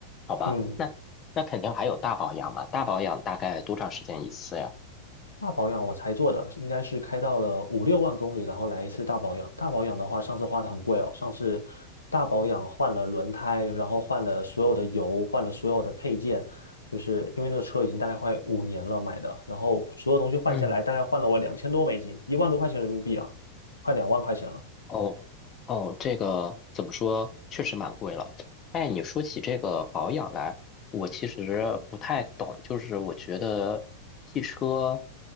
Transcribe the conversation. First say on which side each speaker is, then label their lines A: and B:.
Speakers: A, on the left; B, on the left.
A: 好吧，
B: 嗯，
A: 那那肯定还有大保养嘛，大保养大概多长时间一次呀？
B: 大保养我才做的，应该是开到了五六万公里，然后来一次大保养。大保养的话，上次花的很贵哦。上次大保养换了轮胎，然后换了所有的油，换了所有的配件，就是因为那个车已经大概快五年了买的，然后所有东西换下来，
A: 嗯。
B: 大概换了我两千多美金，一万多块钱人民币啊，快两万块钱了。
A: 哦哦，这个怎么说，确实蛮贵了。哎，你说起这个保养来，我其实不太懂，就是我觉得汽车，